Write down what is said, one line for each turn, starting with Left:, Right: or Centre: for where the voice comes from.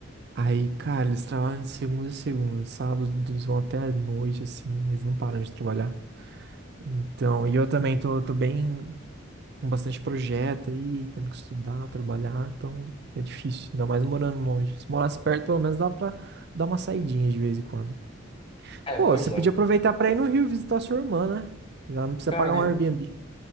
Right: Aí, cara, eles trabalham de segunda a segunda. Sábado, eles vão até a noite, assim. Eles não param de trabalhar. Então, e eu também tô, tô bem com bastante projeto aí, tendo que estudar, trabalhar, então é difícil, ainda mais morando longe. Se morasse perto, pelo menos dá pra dar uma saidinha de vez em quando.
Left: É,
Right: Pô,
Left: pois
Right: você
Left: é.
Right: podia aproveitar pra ir no Rio visitar sua irmã, né? Já não precisa
Left: Cara,
Right: pagar um Airbnb.